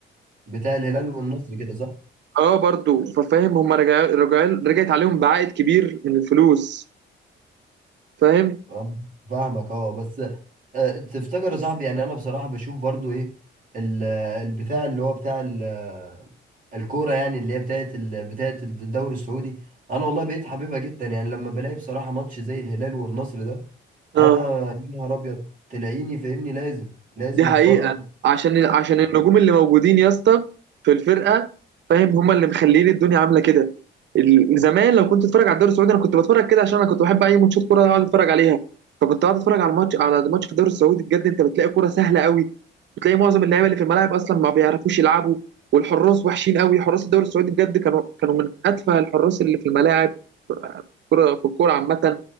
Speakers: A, on the right; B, on the right.
A: بتاع الهلال والنصر كده صح
B: اه برضو ففاهم هم رجع رجع رجعت عليهم بعائد كبير من الفلوس فاهم
A: اه فاهمك اه بس آه، تفتكر يا صاحبي يعني انا بصراحه بشوف برضو ايه ال- البتاع اللي هو بتاع ال- الكوره يعني اللي هي بتاعت ال- بتاعت الدوري السعودي انا والله بقيت حاببها جدا يعني لما بلاقي بصراحه ماتش زي الهلال والنصر ده
B: اه
A: انا يا نهار ابيض تلاقيني فاهمني لازم لازم
B: دي حقيقة
A: اتفرج
B: عشان عشان النجوم اللي موجودين يا اسطى في الفرقة فاهم هما اللي مخلين الدنيا عاملة كده ال- زمان لو كنت اتفرج على الدوري السعودي انا كنت بتفرج كده عشان انا كنت بحب اي ماتشات كورة اقعد اتفرج عليها فكنت قاعد اتفرج على الماتش على الماتش في الدوري السعودي بجد انت بتلاقي كورة سهلة قوي بتلاقي معظم اللعيبه اللي في الملاعب اصلا ما بيعرفوش يلعبوا والحراس وحشين قوي حراس الدوري السعودي بجد كانوا كانوا من اتفه الحراس اللي في الملاعب في الكوره في الكوره عامه